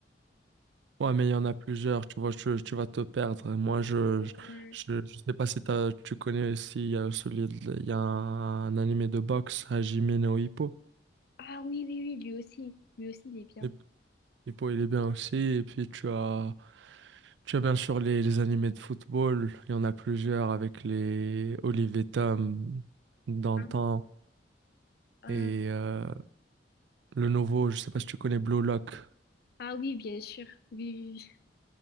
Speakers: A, on the right; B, on the left.
A: Ouais, mais il y en a plusieurs, tu vois, tu, tu vas te perdre. Moi, je
B: Ouais.
A: je, je je sais pas si t'as, tu connais aussi, il y a celui de- il y a un, animé de boxe, Hajime no Ippo.
B: Ah oui, oui, oui, lui aussi. Lui aussi, il est bien.
A: Et- Ippo, il est bien aussi. Et puis, tu as, tu as bien sûr les, les animés de football. Il y en a plusieurs avec les Olivier Tom d'antan
B: Ah, euh,
A: et euh, le nouveau, je sais pas si tu connais Blue Lock.
B: ah oui, bien sûr. Oui, oui, oui. <laughs>